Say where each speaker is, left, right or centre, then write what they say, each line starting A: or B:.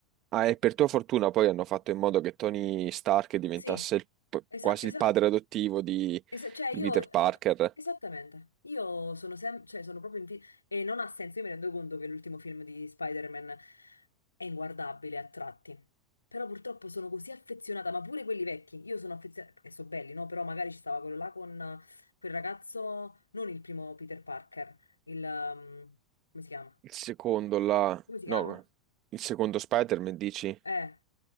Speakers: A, on the right; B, on the left.
A: Ah, e per tua fortuna poi hanno fatto in modo che Tony Stark diventasse
B: Sì,
A: il p-
B: esatto,
A: quasi il padre adottivo di,
B: Es- cioè
A: di
B: io,
A: Peter
B: eh,
A: Parker.
B: esattamente, io sono sempre, cioè sono proprio in fi- e non ha senso, io mi rendo conto che l'ultimo film di Spider-Man è inguardabile a tratti, però purtroppo sono così affezionata, ma pure quelli vecchi, io sono affezionata, e sono belli, no? Però magari ci stava quello là con eh, quel ragazzo, non il primo Peter Parker, il, ehm, come si chiama?
A: Il secondo, la...
B: Come si chiama?
A: no, il secondo Spider-Man, dici?
B: Eh,